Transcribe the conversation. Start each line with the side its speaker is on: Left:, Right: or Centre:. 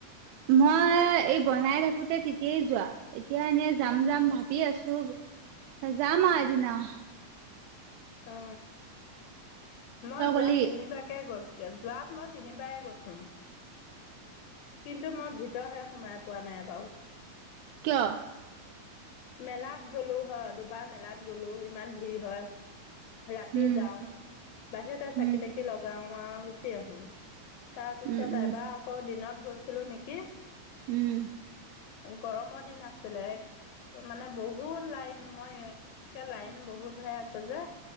Right: মই এই বনাই থাকোতে তেতিয়াই যোৱা এতিয়া এনেই যাম যাম ভাবি আছো। জাম আওঁ এদিন আও।
Left: অ মই
Right: তই
Left: যোৱা
Right: গলি
Left: তিনিবাকে গ'ল। এতিয়া যোৱাত মই তিনিবাৰে গৈছো। কিন্তু মই ভিতৰহে সোমাই পোৱা নাই বাৰু।
Right: কিয়?
Left: মেলাত গ'লো হয় দুবাৰ মেলাত গ'লো ইমান ভিৰ হয়। ৰাতি
Right: উম,
Left: যাওঁ বাহিৰতে চাকি
Right: উম,
Left: তাকি লগাও আৰু গুচি আহো। তাৰ পিছত
Right: উম, উম,
Left: এবাৰ আকৌ দিনত গৈছিলো নেকি।
Right: উম।
Left: গৰমৰ দিন আছিলে এক মানে বহুত লাইন মই একে লাইন বহুত হৈ আছে যে।